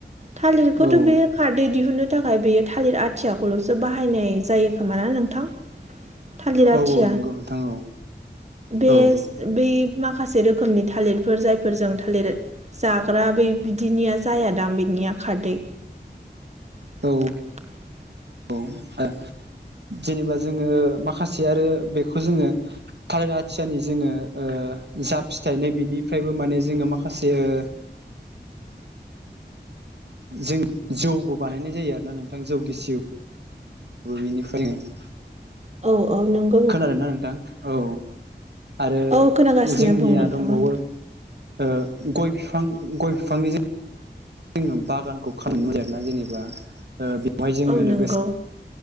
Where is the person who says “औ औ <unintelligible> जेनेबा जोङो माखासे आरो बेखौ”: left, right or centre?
Right